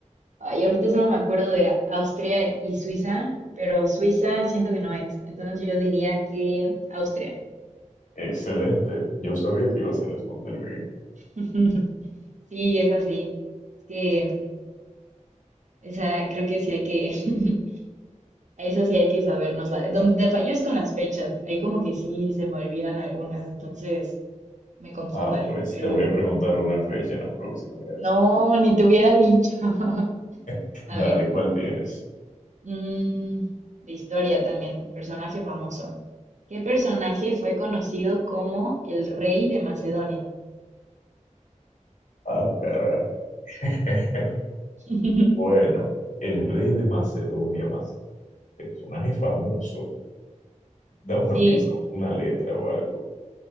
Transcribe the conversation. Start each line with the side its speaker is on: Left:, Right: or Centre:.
Right: ay, ahorita solo me acuerdo de A- Austria y Suiza, pero Suiza siento que no es. Entonces yo diría que Austria.
Left: excelente. Yo sabía que ibas a responder bien.
Right: <laughs> Sí, es así. Es que esa creo que sí hay que, <laughs> a esa sí hay que sabernosla. Donde te fallo es con las fechas. Ahí como que sí se me olvidan algunas, entonces me confundo
Left: Ah,
Right: ahí.
Left: pues
Right: Pero
Left: te
Right: bueno,
Left: voy a preguntar una fecha en la próxima, gracias.
Right: no, ni te hubiera dicho. <laughs>
Left: <laughs>
Right: A
Left: Dale,
Right: ver,
Left: ¿cuál tienes?
Right: mm, de historia también, personaje famoso. ¿Qué personaje fue conocido como el rey de Macedonia?
Left: Ah, caray. <laughs>
Right: <laughs>
Left: Bueno, el rey de Macedonia, Mace- personaje famoso. Dame una
Right: Sí,
Left: pista, una letra o algo.